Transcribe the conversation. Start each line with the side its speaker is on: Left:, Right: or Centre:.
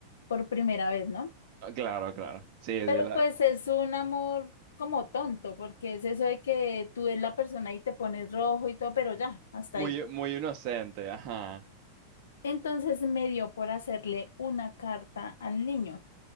Left: por primera vez, ¿no?
Right: Ah, Claro, claro. Sí,
Left: Pero
Right: sí, la-
Left: pues es un amor como tonto, porque es eso de que tú ves la persona y te pones rojo y todo, pero ya, hasta
Right: muy,
Left: ahí.
Right: muy inocente, ajá.
Left: Entonces me dio por hacerle una carta al niño.